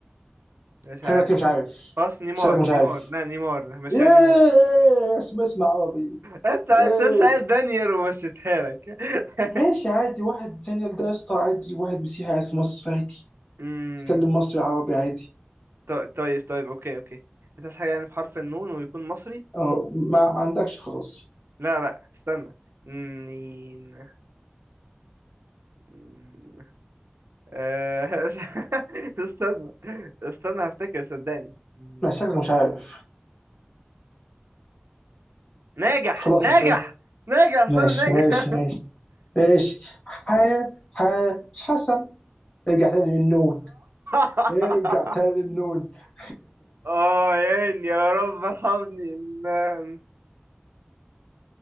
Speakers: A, on the right (about 75°); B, on the left (about 35°).
A: مش عارف
B: شكلك إيه مش عارف
A: خلاص نيمار
B: شكلك مش
A: نيمار
B: عارف
A: لا نيمار مشيها
B: ايه
A: نيمار
B: اسم اسم عربي
A: انت انت
B: ايه
A: سايب دانيال ومشيتها لك <laughs>
B: ماشي عادي واحد دانيال ده يا اسطى عادي واحد مسيحي قاعد في مصر عادي
A: امم
B: تتكلم مصري عربي عادي
A: طيب طيب طيب اوكي اوكي انت عايز حاجه يعني بحرف النون ويكون مصري
B: اه ما, ما عندكش خلاص
A: لا لا استنى نين مم. آه، <laughs> استنى استنى هفتكر صدقني مم.
B: ما شكلك مش عارف
A: ناجح
B: خلاص
A: ناجح
B: اصلا
A: ناجح استنى
B: ماشي
A: ناجح
B: ماشي ماشي ماشي ح ح حسن ارجع تاني للنون
A: <laughs>
B: ارجع تاني للنون <laughs>
A: اه يعني يا رب ارحمني ان